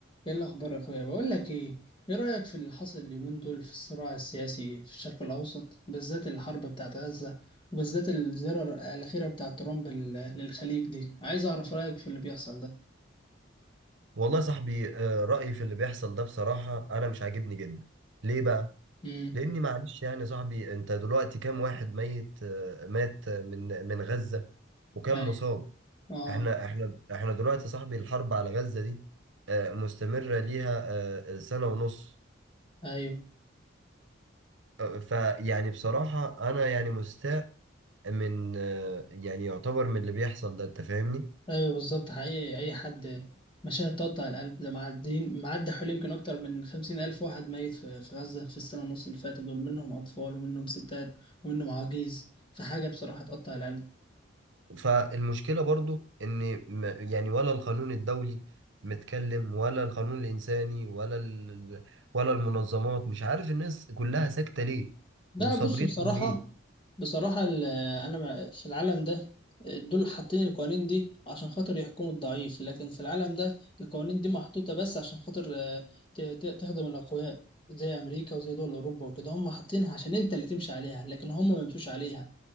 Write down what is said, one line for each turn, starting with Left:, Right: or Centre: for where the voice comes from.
Left: ايه الاخبار يا اخويا بقول لك ايه ايه رايك في اللي حصل اليومين دول في الصراع السياسي في الشرق الاوسط بالذات الحرب بتاعت غزه وبالذات الزياره الاخيره بتاعت ترامب لل- للخليج دي عايز اعرف رايك في اللي بيحصل ده
Right: والله يا صاحبي آه، رأيي في اللي بيحصل ده بصراحة أنا مش عاجبني جدا ليه بقى؟
Left: امم
Right: لأني معلش يعني يا صاحبي أنت دلوقتي كام واحد ميت آه، مات من من غزة وكام
Left: ايوه
Right: مصاب؟
Left: اه
Right: إحنا إحنا إحنا دلوقتي يا صاحبي الحرب على غزة دي آه، مستمرة ليها آه، سنة ونص
Left: ايوه
Right: آه، فيعني بصراحة أنا يعني مستاء من آه، يعني يعتبر من اللي بيحصل ده أنت فاهمني؟
Left: ايوه بالظبط حقيقي اي حد مشاهد تقطع القلب ده معدين معدي حوالي يمكن اكتر من خمسين الف واحد ميت في في غزه في السنه ونص اللي فاتت دول منهم اطفال ومنهم ستات ومنهم عواجيز فحاجه بصراحه تقطع القلب
Right: فالمشكلة برضو ان م- يعني ولا القانون الدولي متكلم ولا القانون الانساني ولا ال... ولا المنظمات مش عارف الناس كلها ساكتة ليه
Left: ده
Right: وصابرين
Left: بص بصراحة
Right: على ايه
Left: بصراحة ال- أنا مع- في العالم ده دول حاطين القوانين دي عشان خاطر يحكموا الضعيف لكن في العالم ده القوانين دي محطوطة بس عشان خاطر آه، ت- ت- تخدم الأقوياء زي أمريكا وزي دول أوروبا وكده هم حاطينها عشان أنت اللي تمشي عليها لكن هم ما بيمشوش عليها